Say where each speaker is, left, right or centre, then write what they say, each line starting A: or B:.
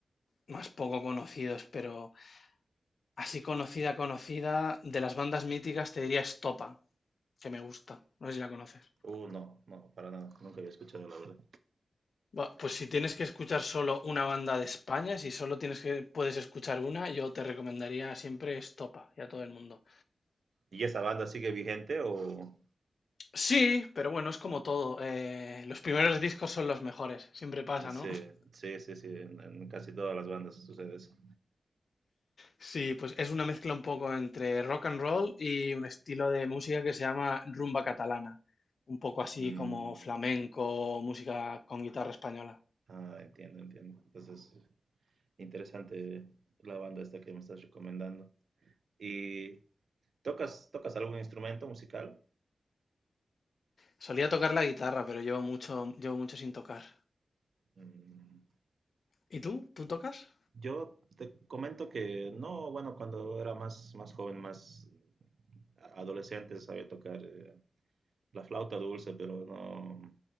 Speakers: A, on the left; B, on the right.
A: más poco conocidos, pero así conocida, conocida, de las bandas míticas te diría Estopa, que me gusta, no sé si la conoces.
B: Uh, no, no, para nada, nunca había escuchado, la verdad.
A: Va, Pues si tienes que escuchar solo una banda de España, si solo tienes que puedes escuchar una, yo te recomendaría siempre Estopa y a todo el mundo.
B: ¿Y esa banda sigue vigente o...?
A: Sí, pero bueno, es como todo. eh, los primeros discos son los mejores, siempre pasa,
B: Sí,
A: ¿no? <laughs>
B: sí, sí, sí, en, en casi todas las bandas sucede eso.
A: Sí, pues es una mezcla un poco entre rock and roll y un estilo de música que se llama rumba catalana, un poco así
B: Mm,
A: como flamenco, música con guitarra española.
B: ah, entiendo, entiendo. Entonces, interesante la banda esta que me estás recomendando. ¿Y tocas, tocas algún instrumento musical?
A: Solía tocar la guitarra, pero llevo mucho, llevo mucho sin tocar.
B: Mm,
A: ¿Y tú? ¿Tú tocas?
B: yo te comento que no, bueno, cuando era más, más joven, más adolescente, sabía tocar eh, la flauta dulce, pero no,